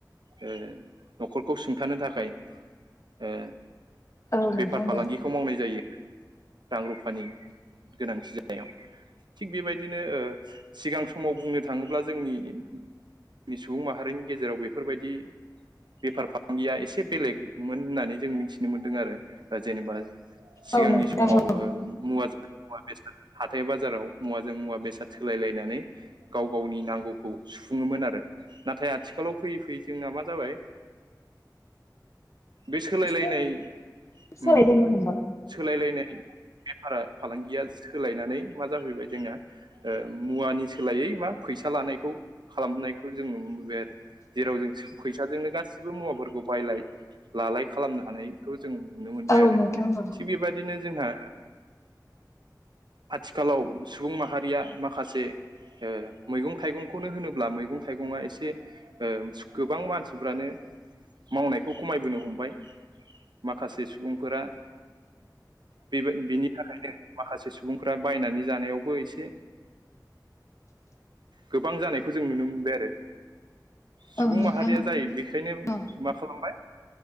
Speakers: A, on the right; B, on the left.
A: ओ न'खरखौ सुंथानो थाखाय ओ
B: औ नोंथां
A: बेफार फालांगिखौ
B: औ
A: मावनाय जायो। रां रुफानि गोनांथि जानायाव थिग बेबायदिनो ओ सिगां समाव बुंनो थाङोब्ला जोंनि सुबुं माहारिनि गेजेराव बेफोरबायदि बेफार फालांगिया एसे बेलेगमोन होननानै जों मिथिनो मोन्दों आरो जेनेबा सिगांनि
B: औ नोंथां
A: समाव
B: औ
A: ओ मुवाद मुवा बेसाद हाथाय बाजाराव मुवाजों मुवा बेसाद सोलायलायनानै गाव गावनि नांगौखौ सुफुङोमोन आरो नाथाय आथिखालाव फैयै फैयै जोंना मा जाबाय बे सोलायलायनाय
B: एसे सोलायबोनो
A: उम
B: हमबाय
A: सोलायलायनाय बेफारा फालांगिया सोलायनानै मा जाफैबाय जोंना मुवानि सोलायै मा फैसा लानायखौ खालामनायखौ जों नुनोबोबाय आरो। जेराव जों फैसाजोंनो गासिबो मुवाफोरखौ बायलाय लालाय खालामनो हानाय खौ जों नुनो मोनबाय
B: औ
A: आरो
B: नोंथां औ
A: थिग बेबायदि बिदिनो जोंहा आथिखालाव सुबुं माहारिया माखासे मैगं थाइगंखौनो होनोब्ला मैगं थाइगंङा एसे गोबां मानसिफ्रानो मावनायखौ खमायबोनो हमबाय माखासे सुबुंफोरा बेबो बिनि थाखायनो माखासे सुबुंफ्रा बायनानै जानायावबो एसे गोबां जानायखौ जों नुनो मोनबाय आरो सुबुं
B: औ नोंथां
A: माहारिया जायो बेखायनो
B: औ
A: मा खालामबाय